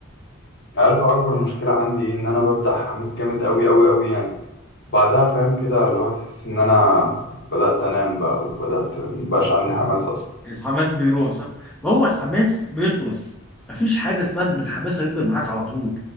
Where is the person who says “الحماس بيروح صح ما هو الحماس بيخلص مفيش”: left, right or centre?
Centre